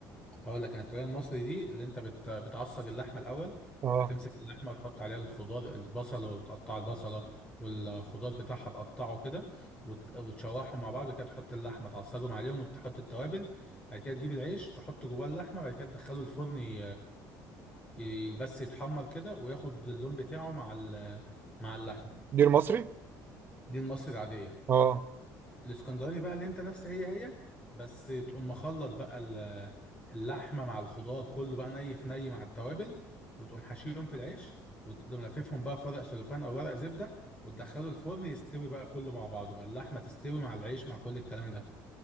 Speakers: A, on the left (about 15°); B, on the right (about 30°).
A: هقول لك انا الطريقه المصري دي اللي انت بت... بتعصج اللحمه الاول
B: اه
A: تمسك اللحمه وتحط عليها الخضار البصله وتقطع البصله والخضار بتاعها تقطعه كده وت... وتشوحهم مع بعض كده تحط اللحمه تعصجهم عليهم وتحط التوابل بعد كده تجيب العيش تحط جواه اللحمه بعد كده تدخله الفرن ي... ي... بس يتحمر كده وياخد اللون بتاعه مع ال... مع اللحمه
B: دير مصري
A: دي المصري العاديه
B: اه
A: الاسكندراني بقى اللي انت نفس هي هي بس تقوم مخلط بقى ال- اللحمه مع الخضار كله بقى ني في ني مع التوابل وتقوم حشيهم في العيش وتقوم لففهم بقى في ورق سلوفان او ورق زبده وتدخله الفرن يستوي بقى كله مع بعضه بقى اللحمه تستوي مع العيش مع كل الكلام ده